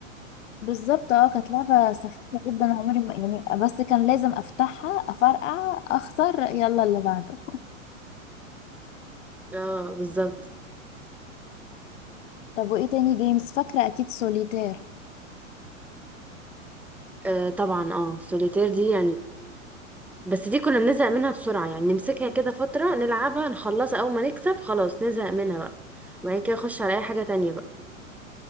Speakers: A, on the left; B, in the centre.
A: بالظبط اه كانت لعبة سخيفة جدا عمري ما يعني بس كان لازم افتحها افرقع اخسر يلا اللي بعده <laughs>
B: اه بالظبط
A: طب وايه تاني جيمز فاكرة اكيد سوليتير
B: آه طبعا اه سوليتير دي يعني بس دي كنا بنزهق منها بسرعه يعني نمسكها كده فتره نلعبها نخلصها اول ما نكسب خلاص نزهق منها بقى وبعد كده نخش على اي حاجه تانية بقى